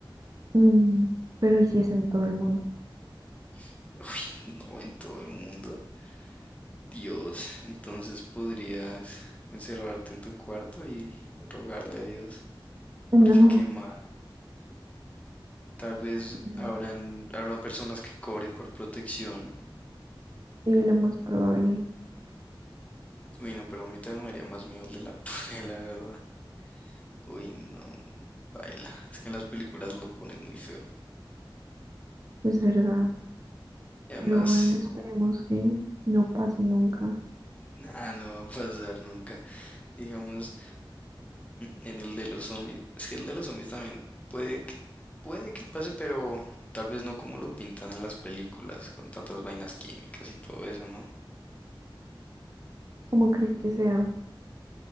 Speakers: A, on the right; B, on the left.
A: Mm, pero y si es en todo el mundo.
B: <laughs> Uy, no, en todo el mundo. Dios, entonces podrías encerrarte en tu cuarto y rogarle a Dios.
A: <laughs> No,
B: Porque qué mal. Tal vez
A: no.
B: habrán, habrán personas que cobren por protección.
A: Sí, lo más probable,
B: Uy, no, pero a mí también me haría más miedo el de la purga, <laughs> la verdad. Uy, no, baila. Es que en las películas lo ponen muy feo.
A: es verdad.
B: Y además,
A: Pero bueno, esperemos que no pase nunca.
B: nada, no va a pasar nunca. Digamos, en el de los zombies. Es que el de los zombies también puede que, puede que pase, pero tal vez no como lo pintan en las películas, con tantas vainas químicas y todo eso, ¿no?
A: Como crees que sea,